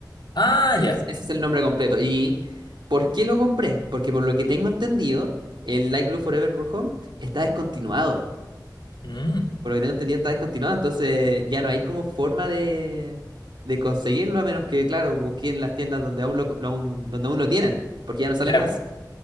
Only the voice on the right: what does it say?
Ese
es, ese es el nombre completo. ¿Y por qué lo compré? Porque por lo que tengo entendido, el Like Blue Forever por Home está descontinuado.
Por lo que tengo entendido está descontinuado, entonces ya no hay como forma de, de conseguirlo a menos que, claro, busquen las tiendas donde aún lo, lo aún- donde aún lo tienen, porque ya no salen
más.